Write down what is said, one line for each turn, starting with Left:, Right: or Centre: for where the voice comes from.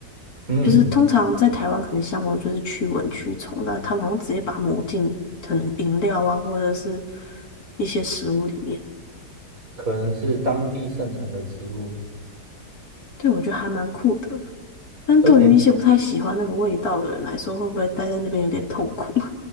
Right: 嗯。
Left: 就是通常在台湾可能香茅就是驱蚊驱虫，那他们好像直接把它抹进可能饮料啊或者是一些食物里面，
Right: 可能是当地盛产的植物，
Left: 对我觉得还蛮酷的。但对于一些不太喜欢那个味道的人来说，
Right: 而且
Left: 会不会待在那边有点痛苦？